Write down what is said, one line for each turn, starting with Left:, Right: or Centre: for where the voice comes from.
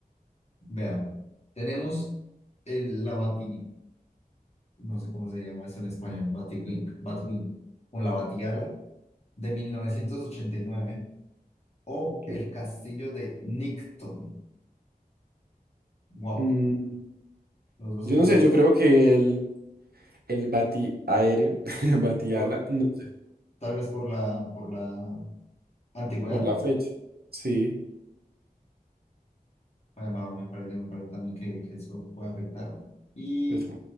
Left: Vean, tenemos el, la bati, no sé cómo se llama eso en español, batiwing, batwing, o la batiala de 1989 o
Right: ok.
Left: el castillo de Nicton. Wow,
Right: Mm,
Left: los dos
Right: yo
Left: se ven,
Right: no sé, yo creo que el, el bati aéreo, <laughs> batiala,
Left: por,
Right: no sé,
Left: tal vez por la, por la antigüedad,
Right: por la fecha, sí.
Left: eh, va, me parece, me parece también que, que eso puede afectar. Y
Right: pues,